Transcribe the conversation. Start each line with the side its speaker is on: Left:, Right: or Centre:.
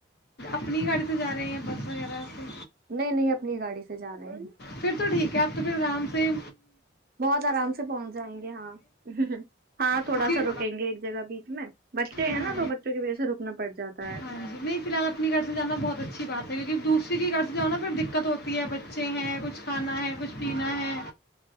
Left: اپنی ہی گاڑی سے جا رہے ہیں بس وغیرہ سے
Right: نہیں نہیں اپنی گاڑی سے جا رہے ہیں
Left: پھر تو ٹھیک ہے آپ تو پھر آرام سے
Right: بہت آرام سے پہنچ جائیں گے ہاں ہاں تھوڑا
Left: کیونکہ
Right: سا رکیں گے ایک جگہ بیچ میں بچے ہیں
Left: ہاں
Right: نا تو بچوں کی وجہ سے رکنا پڑ جاتا ہے
Left: ہاں جی نہیں فی الحال اپنے گھر سے جانا بہت اچھی بات ہے کیونکہ دور کی کے گھر سے جاؤ نا پھر دقت ہوتی ہے بچے ہیں کچھ کھانا ہے کچھ پینا ہے